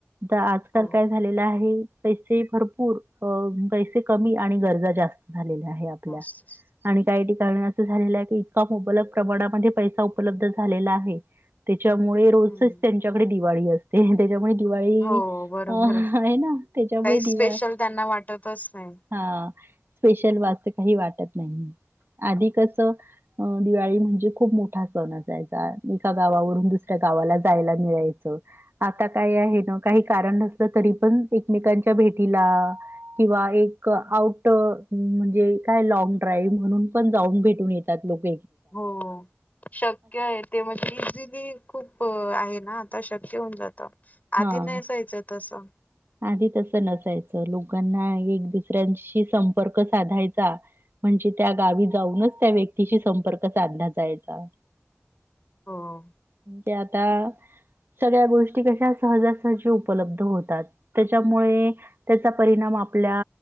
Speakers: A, on the right (about 60°); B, on the left (about 40°).
A: तर आजकाल
B: हो
A: काय झालेलं आहे पैसे भरपूर अ पैसे कमी आणि गरजा जास्त झालेल्या आहे आपल्या
B: मस्त
A: आणि काही ठिकाण इतबलक प्रमाणा प उपलब्ध झालेला आहे त्यामुळे रोजच
B: हम्म
A: त्यांच्याकडे दिवाळी असते त्याच्यामुळे दिवाळी
B: हो बरोबर
A: अ आहे ना त्याच्यामुळे
B: काही
A: दिवा
B: स्पेशल त्यांना वाटतच नाही
A: हा स्पेशल वास्त काही वाटत नाही आधी कस अं दिवाळी म्हणजे खूप मोठा सण असायचा एका गावावरून दुसऱ्या गावाला जायला मिळायचं आता काय आहे ना काही कारण नसलं तरी पण एकमेकांच्या भेटीला किंवा एक आउट म्हणजे काय लॉंग ड्राईव्ह म्हणून पण जाऊन भेटून येतात लोक
B: हो, हो शक्य आहे ते म्हणजे इझिली खूप आहे ना आता शक्य होऊन जातं आधी
A: हां.
B: नसायचं तसं
A: आधी तसं नसायचं लोकांना एक दुसऱ्यांशी संपर्क साधायचा म्हणजे त्या गावी जाऊनच त्या व्यक्तीशी संपर्क साधला जायचा
B: हो
A: ते आता सगळ्या गोष्टी कशा कशा सहजासहजी उपलब्ध होतात त्याच्यामुळे त्याचा परिणाम आपल्या